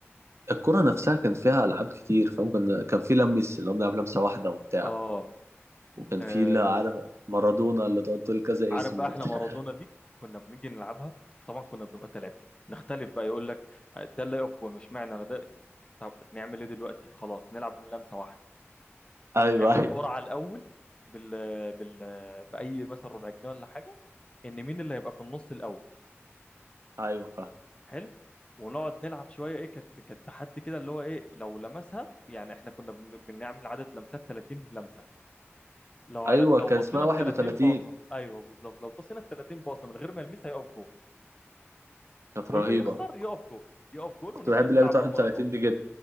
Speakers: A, on the right; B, on the left.
A: الكرة نفسها كان فيها العاب كتير فاهم كنا كان في لمس اللي هو بنلعب لمسة واحدة وبتاع
B: اه
A: وكان في
B: آه،
A: اللي عارف مارادونا اللي تقعد تقول كذا
B: عارف
A: اسم
B: بقى
A: وبتاع
B: احنا مارادونا
A: <laughs>
B: دي كنا بنيجي نلعبها طبعا كنا بنبقى ثلاثة نختلف بقى يقول لك ده اللي يقف جون اشمعنى انا ده طب نعمل ايه دلوقتي خلاص نلعب من لمسة واحدة
A: ايوه
B: نعمل
A: ايوه
B: قرعة الاول بال... بال... بأي مثلا ربع جنيه ولا حاجة ان مين اللي هيبقى في النص الاول
A: ايوه فاهم
B: حلو ونقعد نلعب شويه ايه كانت كانت تحدي كده اللي هو ايه لو لمسها يعني احنا كنا بن- بنعمل عدد لمسات 30 لمسه لو على
A: ايوه
B: لو
A: كان
B: بصينا
A: اسمها
B: ال
A: 31
B: 30 باصه ايوه بالظبط لو بصينا ال 30 باصه من غير ما يلمسها يقف جول
A: كانت
B: واللي
A: رهيبة
B: يخسر يقف جول يقف جول
A: كنت
B: ونبدا
A: بحب لعبة
B: نلعب
A: 31
B: بقى مارادونا
A: دي جدا